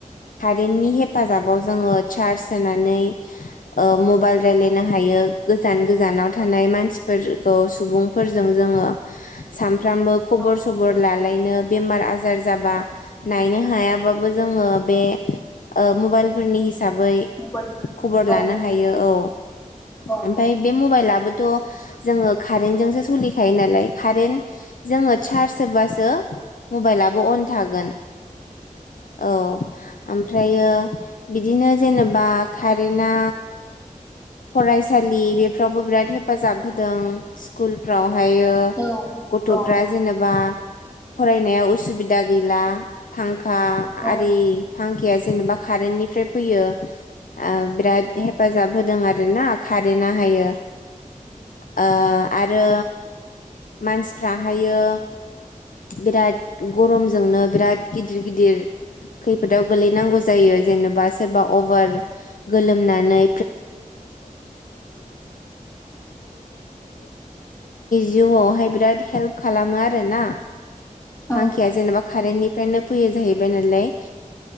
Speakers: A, on the left; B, on the left.
A: कारेन्टनि हेफाजाबाव जोङो चार्ज होनानै ओ मबाइल रायलायनो हायो गोजान गोजानाव थानाय मानसिफोरखौ सुबुंफोरजों जों सानफ्रामबो खबर
B: औ
A: सबर लालायनो बेमार आजार जाबा नायनो हायाबाबो जोङो बे ओ मबाइलफोरनि हिसाब बै
B: मबाइल
A: खबर लानो
B: औ
A: हायो औ
B: औ
A: ओमफाय बे मबाइलाबो थ' जोङो कारेनजोंसो सोलिखायो नालाय कारेन जोङो चार्ज होबासो मबाइला अन थागोन औ ओमफ्रायो बिदिनो जेनेबा कारेन्टआ फरायसालि बेफ्रावबो बिराद हेफाजाब होदों स्कुलफ्राव ओमहायो
B: औ
A: गथ'फ्रा
B: औ
A: जेनेबा फरायनायाव उसुबिदा गैला फांखा
B: औ
A: आरि फां खेया जेनेबा कारेन्टनिफ्राय फैयो ओ बिराद हेफाजाब होदों आरो ना खारेन्टहाआयो ओ आरो मानसिफ्राहायो बिराद गरमजोंनो बिराद गिदिर गिदिर खैफोदाव गोलैनांगौ जायो जेनेबा सोरबा अभार गोलोमना नै जिउआवहाय बिराद हेल्फ खालामो आरो ना
B: औ
A: फांखाया जेनेबा खारेननि ओफ्रायनो फैयो जाहैबाय नालाय